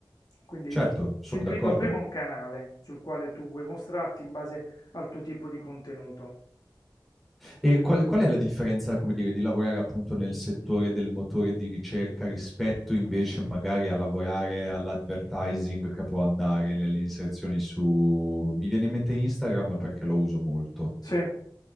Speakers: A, on the left (about 55°); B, in the centre.
A: Quindi
B: Certo, sono
A: ti individua
B: d'accordo.
A: prima un canale sul quale tu vuoi mostrarti in base al tuo tipo di contenuto.
B: E qual, qual è la differenza, come dire, di lavorare appunto nel settore del motore di ricerca rispetto invece magari a lavorare all'advertising che può andare nelle inserzioni su... Mi viene in mente Instagram perché lo uso molto.
A: Sì.